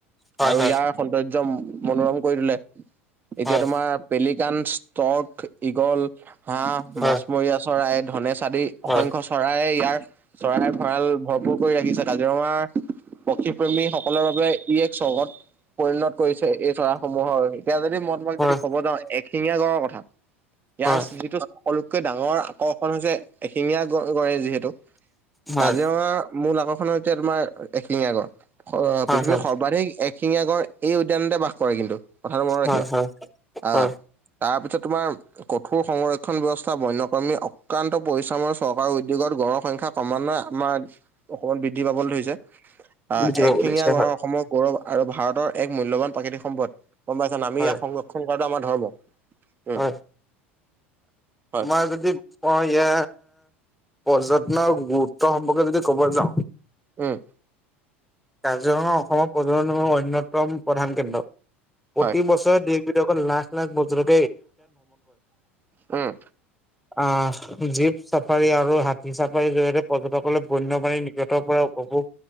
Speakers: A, in the centre; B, on the right (about 30°).
A: হয়
B: আৰু
A: হয়
B: ইয়াৰ সৌন্দৰ্য মনোৰম কৰি তোলে, এতিয়া
A: হয়
B: তোমাৰ পেলিকান, ষ্টৰ্ক, ইগল, হাঁহ,
A: হয়
B: মাছমৰীয়া চৰাই, ধনেশ আদি
A: হয়
B: অসংখ্য চৰাই ইয়াৰ, চৰাই ভঁৰাল ভৰপূৰ কৰি ৰাখিছে কাজিৰঙাৰ পক্ষীপ্ৰেমী সকলৰ বাবে ই এক স্বগত, পৰিণত কৰিছে এই চৰাইসমূহৰ। এতিয়া যদি মই তোমাক
A: হয় হয় হয়
B: যদি ক'ব যাওঁ এশিঙীয়া গড়ৰ কথা। ইয়াৰ
A: হয়
B: যিটো সকলোতকৈ ডাঙৰ আকৰ্ষণ হৈছে এশিঙীয়া গড় গড়ে যিহেতু।
A: হয়
B: কাজিৰঙা মূল আগৰখন হৈছে তোমাৰ, এশিঙিয়া গড় অ, পৃথিৱীৰ
A: হয়
B: সৰ্বাধিক এক শিঙীয়া গড় এই উদ্যানতে বাস কৰে কিন্তু কথাটো মনত
A: হয়
B: ৰাখিবা,
A: হয়
B: আহঁ।
A: হয়
B: তাৰপিছত তোমাৰ কঠোৰ সংৰক্ষণ ব্যৱস্থা বন্যকৰ্মী অক্ৰান্ত পৰিশ্ৰমৰ চৰকাৰৰ উদ্যোগত গঢ়ৰ সংখ্যা সমান্বয় আমাৰ, অসমত বৃদ্ধি পাবলৈ ধৰিছে। আহ
A: বুজিব
B: একশিঙীয়া
A: পাৰিছে
B: গড়ৰ
A: হয়
B: অসমৰ গৌৰৱ আৰু ভাৰতৰ এক মূল্যবান প্ৰাকৃতিক সম্পদ। গম পাইছানে, আমি
A: হয়
B: ইয়াক সংৰক্ষণ কৰাটো আমাৰ ধৰ্ম। উম
A: হয়,
B: হয়
A: মই যদি মই ইয়া, পৰ্যটকৰ গুৰুত্বৰ সম্পৰ্কে যদি ক'ব যাওঁ
B: উম,
A: কাজিৰঙা অসমৰ পৰ্যটনৰ অন্যতম প্ৰধান কেন্দ্ৰ। প্ৰতিবছৰে
B: হয়
A: দেশবিলাকৰ লাখ লাখ বজাৰৰ
B: উম,
A: আঁহ জীপ চাফাৰী আৰু হাতী চাফাৰীৰ জৰিয়তে পৰ্যটকসকলে বন্যপাণীৰ নিকটৰ পৰা <unintelligible>